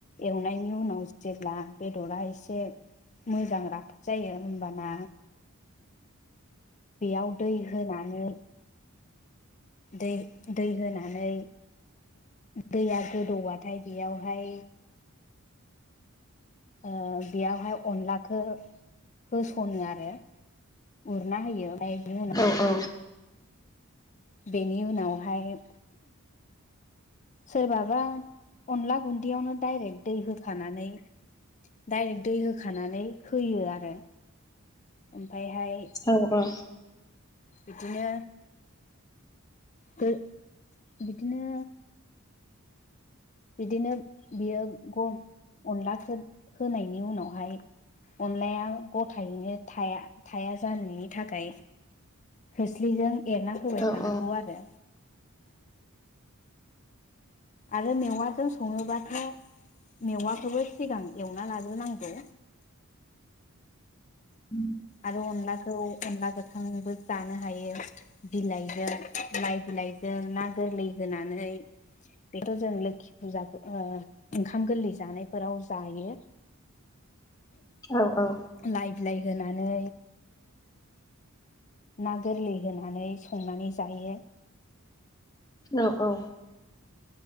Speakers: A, on the left (about 35°); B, on the left (about 15°).
A: एवनायनि उनाव जेब्ला बेदरा एसे मोजां राफोद जायो होमबाना बेयाव दै होनानै दै दै होनानै दैया गोदौबाथाय बेयावहाय ओ बेयावहाय अनलाखौ होस'नो आरो। उरना होयो ओमफ्राय बेनि उनाव
B: औ औ।
A: बेनि उनावहाय सोरबाबा अनला गुन्दैयावनो डाइरेक्ट दै होखानानै डायरेक्ट दै होखानानै होयो आरो ओमफायहाय
B: औ औ
A: बिदिनो बे बिदिनो बिदिनो बियो ग अनलाखौ होनायनि उनावहाय अनलाया गथायैनो थाया थाया जानायनि थाखाय खोस्लिजों एरना होबाय
B: औ
A: थानांगौ
B: औ
A: आरो। आरो मेवाजों सङोबाथाय मेवाखौबो सिगां एवना लाग्रोनांगो
B: उम
A: आरो अनलाखौ अनला गोथांबो जानो हायो बिलाइजों माय बिलाइजों ना गोरलै होनानै बेखौ जों लोखि फुजा ओ ओंखाम गोरलै जानायफोराव जायो
B: औ औ
A: लाइ बिलाइ होनानै ना गोरलै होनानै संनानै जायो
B: औ औ